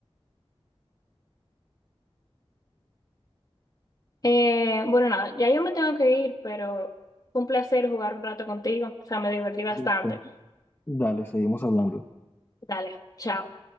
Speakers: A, on the left; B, on the left.
A: Eh, bueno, nada, ya yo me tengo que ir, pero fue un placer jugar un rato contigo. O sea, me divertí bastante.
B: Listo. Dale, seguimos hablando.
A: Dale, chao.